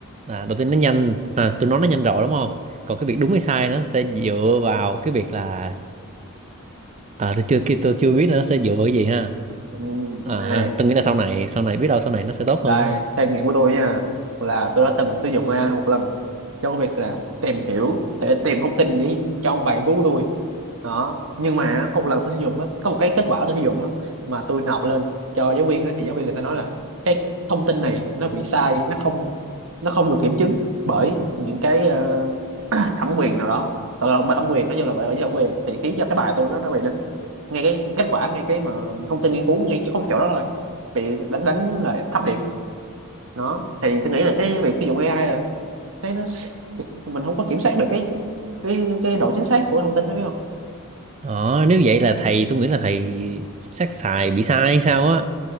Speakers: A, on the right; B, on the right.
A: là đầu tiên nó nhanh à, tôi nói nó nhanh rồi đúng không còn cái việc đúng hay sai nó sẽ dựa vào cái việc là à tôi chưa kia tôi chưa biết là nó sẽ dựa vào cái gì ha
B: ừ,
A: à
B: này
A: ha tôi nghĩ là sau này sau này biết đâu sau này nó sẽ tốt
B: đây,
A: hơn đúng không
B: theo nghiệm của tôi nha là tôi đã từng sử dụng AI một lần cho cái việc là tìm hiểu để tìm thông tin đi cho một bài nghiên cứu của tôi đó nhưng mà á, có một lần tôi sử dụng á, có một cái kết quả tôi sử dụng á, mà tôi nộp lên cho giáo viên á, thì giáo viên người ta nói là cái thông tin này nó bị sai nó không nó không được kiểm chứng bởi những cái ờ, <clears throat> thẩm quyền nào đó ờ, bởi thẩm quyền nói chung là bởi bởi thẩm quyền thì khiến cho cái bài tôi nó nó bị đánh ngay cái kết quả ngay cái mà thông tin nghiên cứu ngay chỉ có một chỗ đó thôi bị đánh đánh là thấp điểm đó thì tôi nghĩ là cái việc sử dụng AI là cái nó mình không có kiểm soát được cái cái cái độ chính xác của thông tin đó biết không
A: ờ nếu vậy là thầy tôi nghĩ là thầy chắc xài bị sai hay sao á